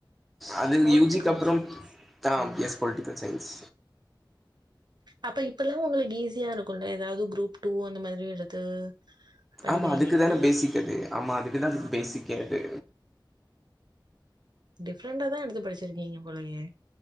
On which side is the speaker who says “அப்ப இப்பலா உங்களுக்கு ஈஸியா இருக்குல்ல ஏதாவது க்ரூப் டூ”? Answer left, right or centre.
Right